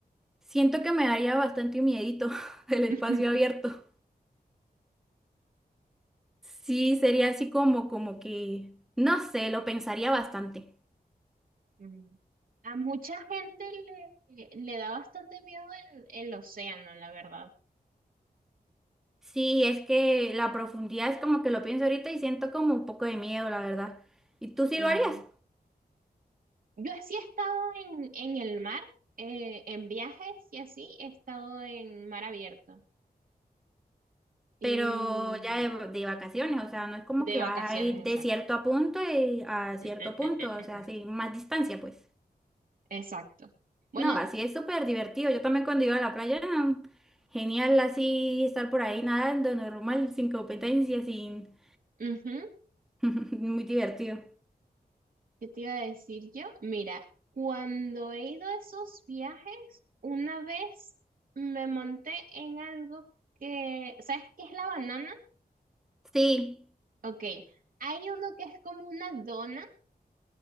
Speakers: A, in the centre; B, on the right.
A: Siento que me daría bastante miedito <laughs> el espacio
B: <laughs>
A: abierto. Sí, sería así como, como que, no sé, lo pensaría bastante.
B: Mm. A mucha gente le, le da bastante miedo el, el océano, la verdad.
A: Sí, es que la profundidad es como que lo pienso ahorita y siento como un poco de miedo, la verdad. Y tú sí
B: Em,
A: lo harías,
B: yo así he estado en, en el mar, eh, en viajes y así he estado en mar abierto. Y
A: pero ya de, de vacaciones, o sea, no es como
B: De
A: que
B: vacaciones,
A: vas a ir
B: exacto.
A: de cierto a punto y a cierto
B: Mm, mm,
A: punto,
B: mm, mm,
A: o sea,
B: mm.
A: sí, más distancia, pues.
B: Exacto. Bueno,
A: No, así es súper divertido. Yo también cuando iba a la playa, mm, genial así estar por ahí nadando, normal, sin competencia, sin
B: ujú,
A: <laughs> Muy divertido.
B: ¿Qué te iba a decir yo? Mira, cuando he ido a esos viajes, una vez me monté en algo que, ¿sabes qué es la banana?
A: Sí,
B: Ok, hay uno que es como una dona,